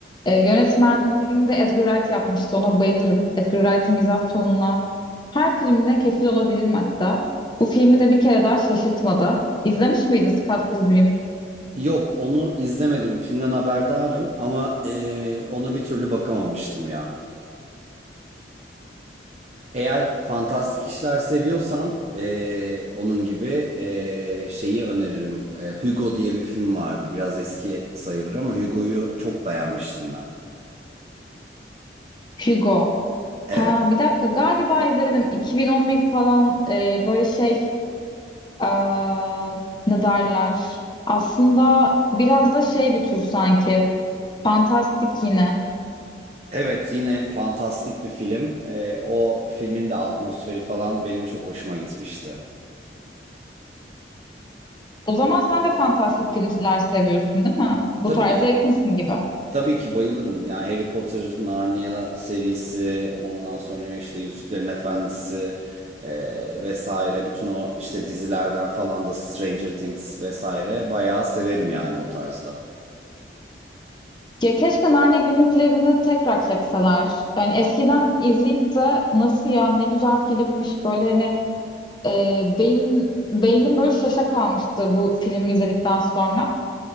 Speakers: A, on the left; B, on the right.
A: Ee, yönetmenliğini de Edgar Wright yapmıştı. Ona bayılırım. Edgar Wright'ın mizah tonuna her filmine kefil olabilirim hatta. Bu filmi de bir kere daha şaşırtmadı. İzlemiş miydin Scott Pilgrim?
B: Yok onu izlemedim. Filmden haberdarım ama eee, ona bir türlü bakamamıştım ya. Eğer fantastik işler seviyorsan eee, onun gibi eee, şeyi öneririm. Eee, Hugo diye bir film vardı. Biraz eski sayılır ama Hugo'yu çok beğenmiştim ben.
A: Hugo.
B: Evet.
A: Ha bir dakika galiba izledim 2011 falan e, böyle şey aa, ne derler aslında biraz da şey bir tür sanki fantastik yine
B: Evet yine fantastik bir film. Eee, o filmin de atmosferi falan benim çok hoşuma gitmişti.
A: o zaman sen de fantastik filmler seviyorsun değil mi bu
B: Tabii
A: tarza
B: ya
A: yakınsın gibi
B: Tabii ki bayılırım. Yani Harry Potter, Narnia serisi, ondan sonra işte Yüzüklerin Efendisi eee, vesaire. Bütün o işte dizilerden falan da Stranger Things vesaire bayağı severim yani o tarzda.
A: ya keşke Narnia günlüklerini tekrar çekseler yani eskiden izleyip de nasıl ya ne güzel filmmiş böyle hani e, beyin beynim böyle şaşa kalmıştı bu filmi izledikten sonra